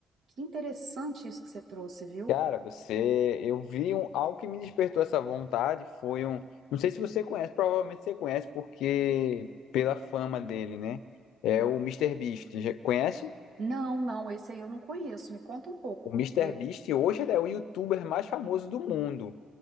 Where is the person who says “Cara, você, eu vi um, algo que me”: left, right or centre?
Left